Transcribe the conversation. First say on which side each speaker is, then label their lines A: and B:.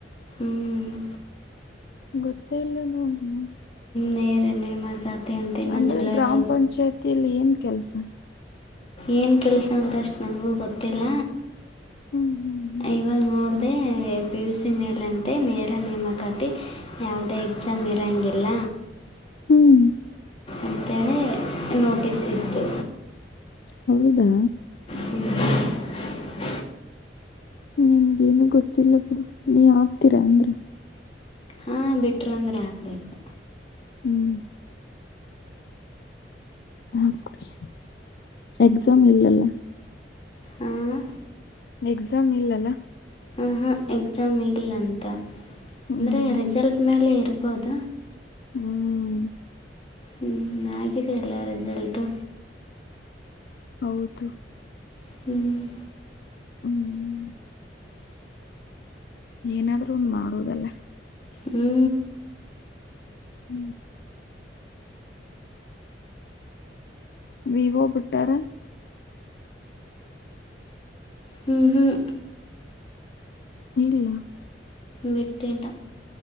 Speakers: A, on the left; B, on the left.
A: ಹ್ಮ್
B: ಗೊತ್ತೇ ಇಲ್ಲ ನ
A: ನೇರ ನೇಮಕಾತಿ ಅಂತ ಇನ್ನು
B: ಅಂದ್ರೆ
A: ಜುಲೈ
B: ಗ್ರಾಮ
A: ಒಳಗೆ
B: ಪಂಚಾಯತಿೀಲಿ ಏಮ ಕೆಲ್ಸ
A: ಏನ್ ಕೆಲ್ಸ ಅಂತ ಅಷ್ಟ್ ನನ್ಗೂ ಗೊತ್ತಿಲ್ಲ
B: ಹ್ಮ್ ಹ್ಮ್ ಹ್ಮ್
A: ಇವಾಗ ನೋಡ ಹ ಪಿ ಯು ಸಿ ಮೇಲಂತೆ ನೇರ ನೇಮಕಾತಿ ಯಾವುದೇ ಎಕ್ಸಾಮ್ ಇರೋಂಗಿಲ್ಲ
B: ಹ್ಮ್
A: ಅಂತೇಳಿ ನೋಟ್ ಇತ್ತು
B: ಹೌದಾ
A: ಹ್ಮ
B: ನನ್ಗೇನು ಗೊತ್ತಿಲ್ಲ ಬಿುಡು ನೀ ಆತೀರಾ ಅಂದ್ರ
A: ಹಂ ಬಿಟ್ರ ಅಂದರೆೆ ಹಾಕ್ಬೇಕು
B: ಹ್ಮ್ ಹಕ್ರಿ ಎಕ್ಸಾಮ್ ಇಲ್ಲಲ್ಲ
A: ಹಾಂ
B: ಎಕ್ಸಾಮ್ ಇಲ್ಲಲ್ಲ
A: ಹಾಂ ಎಕ್ಸಾಮ್ ಇಲ್ಲ ಅಂತ
B: ಹ್ಮ್
A: ಅಂದರೆ ರಿಸಲ್ಟ್ ಮೇಲೆ ಇರ್ಬೋದ
B: ಹ್ಮ್
A: ಹ್ಞ ಆಗಿದ ಎಲ್ಲ ರಿಸಲ್ಟು
B: ಹೌದು
A: ಹ್ಮ್
B: ಹ್ಮ್್ಮ ಏನಾದ್ರೂ ಒಂದು ಮಾಡುವುದಲ್ಲ
A: ಹ್ಞೂ
B: ಹ್ಮ್ ವಿವೋ ಬಿಟ್ಟಾರೆ
A: ಹ್ಮ್ ಹ್ಮ್
B: ಇಲ್ಲ
A: ಬಿಟ್ಟಿಲ್ಲ